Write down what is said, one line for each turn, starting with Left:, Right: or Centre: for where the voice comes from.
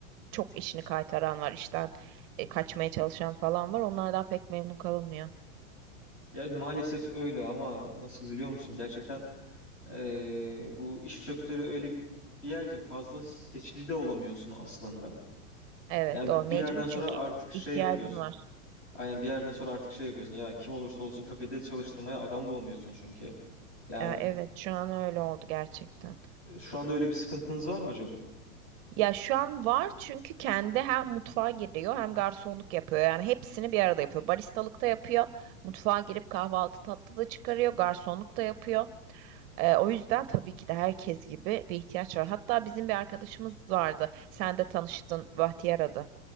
Right: çok işini kaytaran var, işten e, kaçmaya çalışan falan var. Onlardan pek memnun kalınmıyor.
Left: Yani maalesef öyle ama nasıl biliyor musun gerçekten Ee, bu iş sektörü öyle bir yer ki fazla seçici de olamıyorsun aslında.
Right: Evet
Left: Yani
Right: doğru mecbur
Left: bir yerden sonra
Right: çünkü
Left: artık şey
Right: ihtiyacın
Left: yapıyorsun.
Right: var.
Left: Aynen bir yerden sonra artık şey yapıyorsun. Ya kim olursa olsun kafede çalıştırmaya adam bulamıyorsun çünkü. Yani
Right: Ya, evet şu an öyle oldu gerçekten.
Left: şu anda öyle bir sıkıntınız var mı acaba?
Right: Ya şu an var çünkü kendi hem mutfağa giriyor hem garsonluk yapıyor. Yani hepsini bir arada yapıyor. Baristalık da yapıyor. Mutfağa girip kahvaltı tatlı da çıkarıyor. Garsonluk da yapıyor. Ee, o yüzden tabii ki de herkes gibi bir ihtiyaç var. Hatta bizim bir arkadaşımız vardı. Sen de tanıştın Bahtiyar adı.